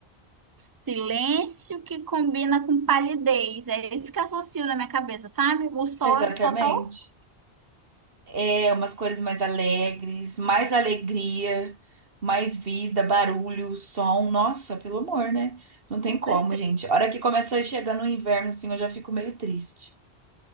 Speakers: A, on the right; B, on the right.
A: silêncio, que combina com palidez. É isso que eu associo na minha cabeça, sabe? O sol
B: Exatamente.
A: é total,
B: É, umas cores mais alegres, mais alegria, mais vida, barulho, som. Nossa, pelo amor, né? Não tem
A: com
B: como,
A: certeza.
B: gente. A hora que começa a chegar no inverno, assim, eu já fico meio triste.